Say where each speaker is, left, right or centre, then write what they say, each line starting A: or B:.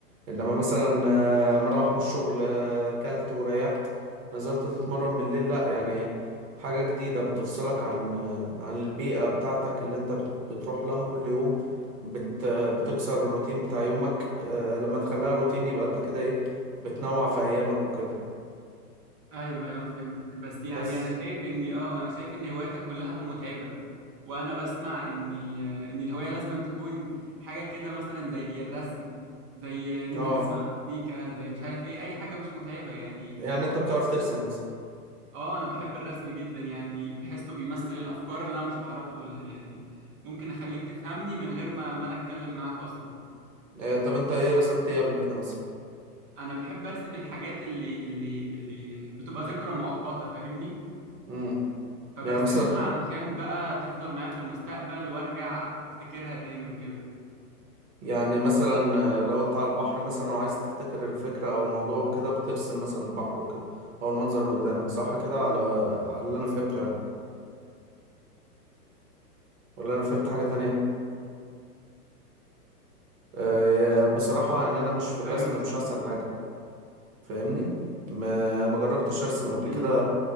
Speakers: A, on the right (about 55°); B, on the right (about 25°).
A: انما مثلا آه، مروح من الشغل آه، كلت وريحت نزلت تتمرن بالليل لا يعني حاجة جديدة بتفصلك عن آه، عن البيئة بتاعتك اللي انت بت- بتروح لها كل يوم بت بتكسر الروتين بتاع يومك آه، لما تخليها روتين يبقى انت كده ايه بتنوع في ايامك وكده
B: ايوه ايوه فهمتك بس يعني
A: بس
B: انا شايف اني اه انا شايف ان هواياتك كلها متعبه وانا بسمع ان ان الهوايه لازم تكون حاجه كده مثلا زي الرسم زي ان انت
A: اه
B: تسمع مزيكا زي مش عارف ايه اي حاجه مش متعبه يعني
A: يعني انت بتعرف ترسم مثلا
B: اه انا بحب الرسم جدا يعني بحسه بيمثل الافكار اللي انا مش بعرف اقولها يعني ممكن اخليك تفهمني من غير ما ما انا اتكلم معاك اصلا
A: آه، طب انت ايه رسمت ايه قبل كده
B: انا بحب ارسم الحاجات اللي اللي اللي بتبقى ذكرى مؤقته فاهمني
A: مثلا
B: فبرسمها
A: يعني مثلا
B: علشان بقى تفضل معايا في المستقبل وارجع افتكرها تاني وكده
A: يعني مثلا آه، لو انت على البحر مثلا وعايز تفتكر الفكرة او الموضوع وكده بترسم مثلا البحر وكده او المنظر اللي قدامك صح كده على على اللي انا فهمته يعني ولا انا فهمت حاجة تانية آه، يا- بصراحة ان انا مش في الرسم
B: ايوه بالظبط
A: مش احسن حاجة فاهمني ما ما جربتش ارسم قبل
B: امم
A: كده